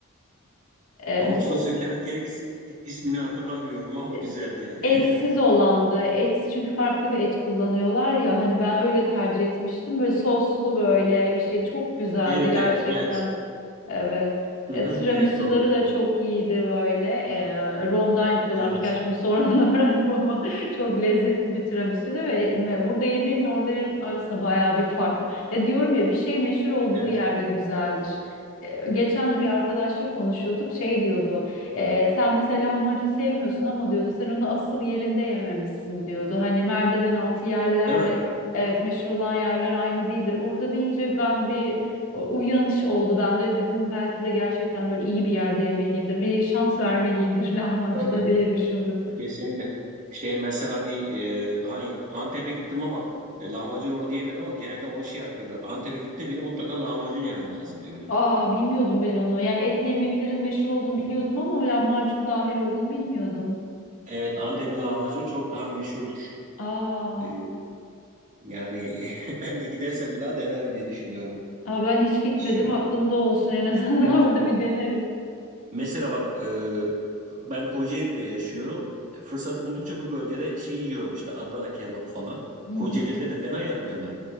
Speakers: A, on the left; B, on the right.
A: Ee,
B: Doğrusunu
A: bu
B: söylemek gerekirse ismini hatırlamıyorum ama güzeldi
A: e, e,
B: yani.
A: etsiz
B: <laughs>
A: olandı. Et çünkü farklı bir et kullanıyorlar ya hani ben öyle tercih etmiştim. Böyle soslu böyle bir şey çok güzeldi
B: Evet,
A: gerçekten.
B: evet, evet.
A: Evet.
B: Hı
A: E,
B: hı,
A: tiramisuları
B: evet doğrudur.
A: da çok iyiydi böyle. E, romdan yapıyorlarmış.
B: Evet,
A: Gerçi bunu sonradan <laughs> öğrendim ama <laughs> çok lezzetli bir tiramisu'ydu ve me- burada yediğimle orada yerim arasında bayağı bir fark var. Ya diyorum ya bir şey meşhur olduğu
B: evet.
A: yerde güzeldir. E, geçen de bir arkadaşla konuşuyorduk. Şey diyordu. e, sen mesela lahmacun sevmiyorsun ama diyordu sen onu asıl yerinde yememişsin diyordu. Hani merdiven altı yerlerle
B: Değil mi?
A: Evet meşhur olan yerler aynı değildir. Orada deyince ben bir o uyanış oldu bende. Dedim belki de gerçekten böyle iyi bir yerde yemeliyimdir. Bir şans vermeliyimdir <laughs> lahmacuna
B: Tabii,
A: diye düşündüm.
B: kesinlikle. Şey mesela bir e, hani Antep'e gittim ama e, lahmacun orada yemedim ama genelde onu şey yapıyorlar. Antep'e gittin miydi mutlaka lahmacun yemen lazım diyorlar.
A: Aa bilmiyordum ben onu. Yani etli yemeklerin meşhur olduğunu biliyordum ama lahmacun dahil olduğunu bilmiyordum.
B: Evet, Antep'in lahmacunu çok daha meşhurdur.
A: Aa,
B: Ee, yani <laughs> ben de gidersem bir daha denerim diye düşünüyorum.
A: aa ben hiç gitmedim.
B: Şey,
A: Aklımda olsun en azından
B: evet.
A: <laughs> orada bir denerim.
B: Mesela bak e, ben Kocaeli'de yaşıyorum. Fırsat buldukça bu bölgede şey yiyorum işte Adana kebap falan.
A: Hı hı.
B: Kocaeli'de de fena yapmıyorlar.